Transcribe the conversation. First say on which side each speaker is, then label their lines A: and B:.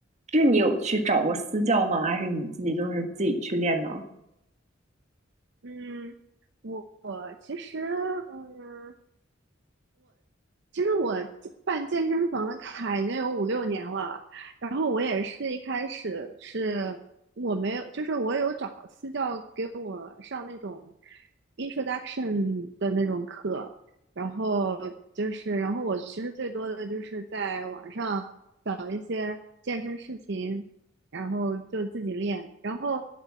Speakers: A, on the right; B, on the right.
A: 就是你有去找过私教吗？还是你自己就是自己去练呢？
B: 嗯，我我其实，嗯，其实我健办健身房的卡已经有五六年了。然后我也是一开始是我没有，就是我有找私教给我上那种 introduction 的那种课，然后就是，然后我其实最多的就是在网上找一些健身视频，然后就自己练。然后，